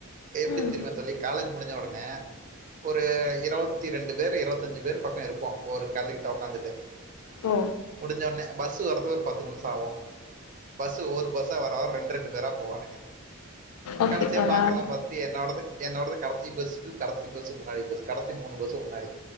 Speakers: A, on the right; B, on the left.
A: எப்டி
B: ம்
A: தெரியுமா தோழி காலேஜ் முடிஞ்சவுட ன ஒரு இருவத்தி ரெண்டு பேர் இருவத்தஞ்சு பேர் பக்கோ இருப்போ ஒரு கல்லுக்ட ஒக்காந்துட்டு
B: ஓ
A: முடிஞ்சோன்னே பஸ்ஸு வரதுக்கு ஒரு பத்து நிமிஷோ ஆவூ பஸ்ஸு ஒவ்வொரு பஸ்ஸா வர வர ரெண் ரெண்டு பேரா போவானுங்க
B: ஓகே
A: கடைசியா
B: தோழா
A: பாக்குறதெல்லா பாத்துட்டு என்னோடது என்னோடது கடசி பஸ்ஸுக்கு கடஸ் பஸ்ஸுக் முன்னாடி பஸ் கடசி மூணு பஸ்ஸுக்கு முன்னாடி